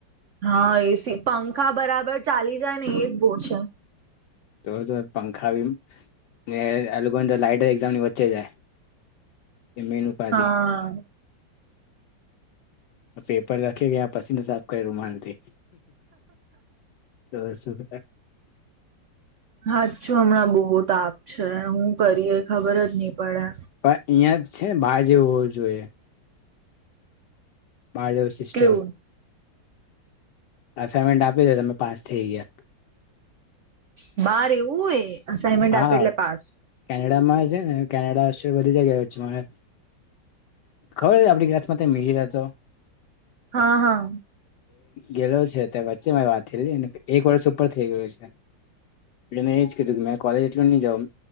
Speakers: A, on the right; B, on the left.
A: હા એસી પંખા બરાબર ચાલી જાય ને એજ બોલ છે.
B: તો તો પંખા બી ને લોકોને તો લાઈટ એકામની વચ્ચે જાય એ મેનું પા
A: હા
B: દે પેપર રખે કેયા પસીના સાપ કર્યું રૂમાલથી. તો શું.
A: હાચું હમણાં બહુ તાપ છે હું કરીએ ખબર જ નહી પડે.
B: પણ અહિયાં છે ને ભાઈ જેવ હોવું જોઈએ <unintelligible> સિસ્ટમ.
A: કેવું
B: અસાઈનમેન્ટ આપી દ તમે પાસ થઈ ગયા.
A: બાર એવું એ અસાઇનમેન્ટ
B: હા
A: આપે એટલે પાસ
B: કેનેડા માં છે ને કેનેડા બધી જગ્યા છે ખબર આપડી ક્લાસ માં મીર હથો
A: હા હા
B: ગેલો છે તે વચ્ચે વાત <unintelligible> એક વર્ષ ઉપર થઈ ગયો <unintelligible> જ કેધું મે કોલેજ એટલું ની જામ